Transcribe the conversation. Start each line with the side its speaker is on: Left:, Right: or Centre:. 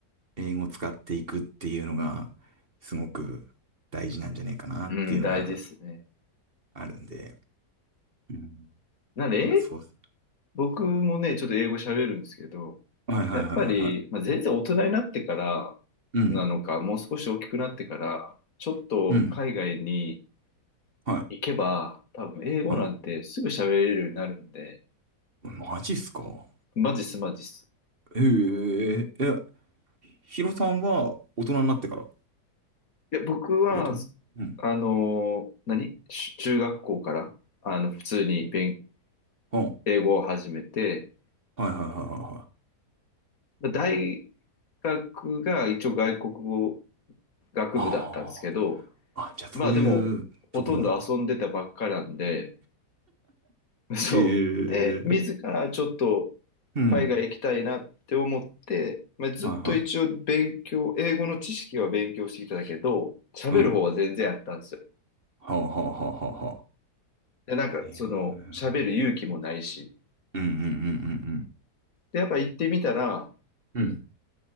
Right: う、英語を使っていくっていうのが、すごく大事なんじゃねえかなっていうのが、
Left: うん、大事ですね。
Right: あるんで、うん
Left: なんで、英
Right: まあそうです。
Left: 僕もね、ちょっと英語喋るんですけど、
Right: はいはいはいはいは
Left: やっぱり、まあ、全然大人になってから
Right: い。うん。
Left: なのか、もう少し大きくなってから、ちょっと海外に
Right: うん。は
Left: 行けば、多分英語なんてすぐ喋れるようになるんで、
Right: い。はい。マジっすか
Left: マジっすマジっす。
Right: えええ、ヒロさんは大人になってからっ
Left: いや、僕は、
Right: てことうん。
Left: あの、何し中学校から、あの、普通に勉、
Right: うん。はい
Left: 英語を始めて、
Right: はいはいはいはい。
Left: 大学が一応外国語学部だったんですけど、
Right: ああ。あ、じゃあそういうところなんだ。
Left: まあでも、ほとんど遊んでたばっかなんで、<laughs> そう。
Right: ええ
Left: で、自らちょっと
Right: うん。
Left: 海外行きたいなって思って、まあ、ずっと一応勉強、
Right: はいは
Left: 英語の知識は勉強してきたんだけど、喋る方は全然あったんですよ。
Right: い。うん。はあはあはあはあはあ。
Left: で、なんか、
Right: ええ
Left: その、喋る勇気もないし。
Right: うんうんうんうん
Left: で、やっぱ行ってみたら、
Right: うん。うん。